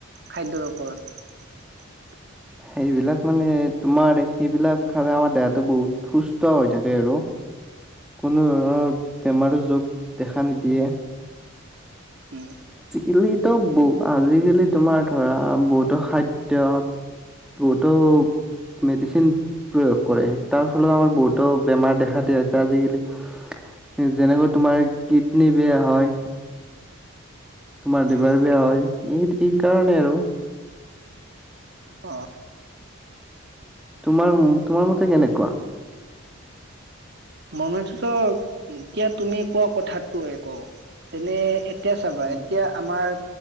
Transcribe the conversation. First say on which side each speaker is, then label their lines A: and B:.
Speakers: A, on the right; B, in the centre.
A: খাদ্যয়ৰ ওপৰত
B: সেইবিলাক মানে তোমাৰ সেইবিলাক খালে আমাৰ দেহাটো বহুত সুস্থ হৈ থাকে আৰু কোনো ধৰণৰ বেমাৰৰ যোগ দেখা নিদিয়ে।
A: উম।
B: ইলিতো বহু আজিকালি তোমাৰ ধৰা বহুতো খাদ্যত বহুতো মেডিচিন প্ৰয়োগ কৰে তাৰ ফলত আমাৰ বহুতো বেমাৰ দেখা দিয়া হৈছে আজিকালি যেনেকৈ তোমাৰ কিডনী বেয়া হয়। তোমাৰ লিভাৰ
A: উম
B: বেয়া হয় এই এই কাৰণে আৰু
A: অ
B: তোমাৰ তোমাৰ মতে কেনেকুৱা
A: মনতেতো এতিয়া তুমি কোৱা কথাতো কওঁ যেনে এতিয়া চাবা
B: উম
A: এতিয়া আমাৰ